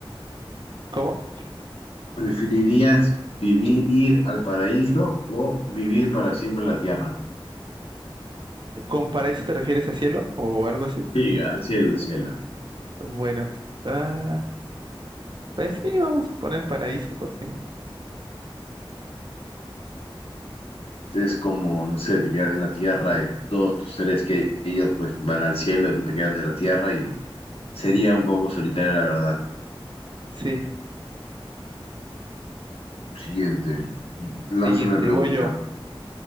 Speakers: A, on the right; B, on the left.
A: ¿Cómo?
B: ¿Preferirías vivir ir al paraíso o vivir para siempre en la tierra?
A: ¿Con paraíso te refieres a cielo o algo así?
B: Sí, al cielo, al cielo.
A: Bueno, ah, pues sí, vamos a poner paraíso, ¿por qué no?
B: Es como, no sé, te quedas en la tierra y todos tus seres queridos pues van al cielo y tú te quedas de la tierra y sería un poco solitario, la verdad.
A: Sí.
B: Siguiente. Lánzame
A: Siguiente,
B: la pregunta.
A: voy yo.